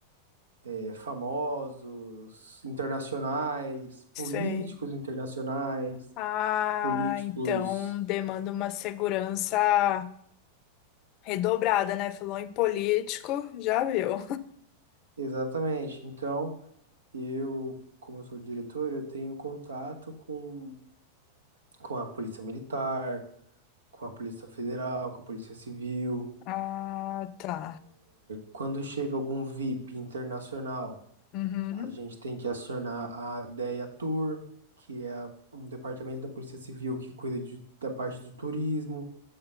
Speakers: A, on the right (about 80°); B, on the left (about 45°).
A: é, famosos, internacionais,
B: sei.
A: políticos internacionais,
B: Ah,
A: políticos.
B: então demanda uma segurança redobrada, né? Falou em político, já viu.
A: Exatamente. Então, eu, como eu sou diretor, eu tenho contato com, com a Polícia Militar, com a Polícia Federal, com a Polícia Civil.
B: Ah, tá.
A: Quando chega algum VIP internacional,
B: Uhum.
A: a gente tem que acionar a DEA Tour, que é um departamento da Polícia Civil que cuida de, da parte do turismo,